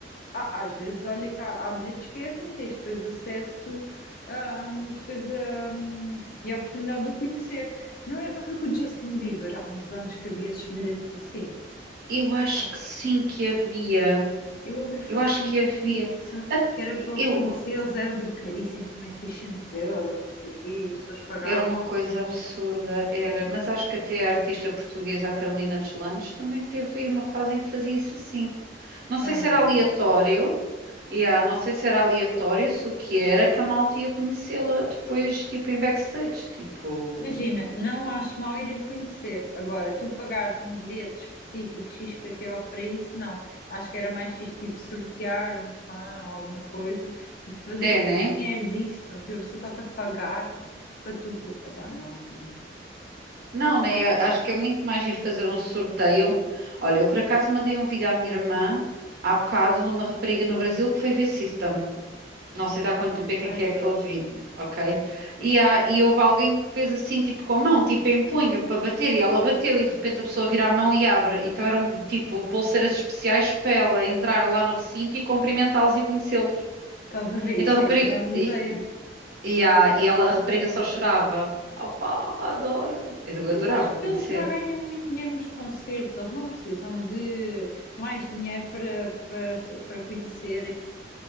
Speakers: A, on the left; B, on the right.
A: Ah, às vezes, olha que há, há bilhetes que é assim, tens depois acesso, ahm, depois ahm, e a oportunidade de o conhecer. Não, é, não foi com o Justin Bieber há uns anos que havia esses bilhetes assim?
B: Eu acho
A: Com-
B: que sim que havia.
A: Eu ouvi falar
B: Eu acho
A: muito
B: que havia.
A: nisso, que era para
B: Eu
A: o conhecer, eles eram tipo caríssimos, também 600 euros, não sei o quê, e as pessoas pagavam.
B: era uma coisa absurda, era, mas acho que até a artista portuguesa, a Carolina Deslandes, também teve aí uma fase em que fazia isso assim. Não sei
A: Ai
B: se
A: meu
B: era
A: Deus.
B: aleatório, Yeah, não sei se era aleatório, se o que era, que a malta ia conhecê-la depois, tipo, em backstage. Tipo,
A: Imagina, não acho mal irem conhecer. Agora, tu pagares um bilhete específico XPTO para isso, não. Acho que era mais fixe, tipo, sortear um fã ou alguma coisa, tipo, fazer
B: é, né?
A: dinheiro disso. Tipo, a pessoa está-te a pagar para tu ver. Epá, nossa, não.
B: Não, né? A- Acho que é muito mais giro fazer um sorteio. Olha, eu por acaso mandei um vídeo à minha irmã há bocado de uma rapariga no Brasil que foi ver System. Não sei de há quanto tempo é que
A: Ai,
B: é que
A: adoro.
B: é aquele vídeo, ok? E, há, e houve alguém que fez assim, tipo, com a mão, tipo, em punho, para bater, e ela bateu, e de repente a pessoa vira a mão e abre. Então eram, tipo, pulseiras especiais para ela entrar lá no recinto e cumprimentá-los e conhecê-los.
A: Estás a ver?
B: Então
A: Isso
B: a rapariga.
A: é grande
B: E,
A: ideia.
B: e, a, e ela, a rapariga só chorava. Opá, adoro. Eu do-
A: Porque
B: adorava
A: acho
B: conhecer.
A: que eles já ganham muito dinheiro nos concertos, eles não precisam de mais dinheiro para, para, se- para conhecerem.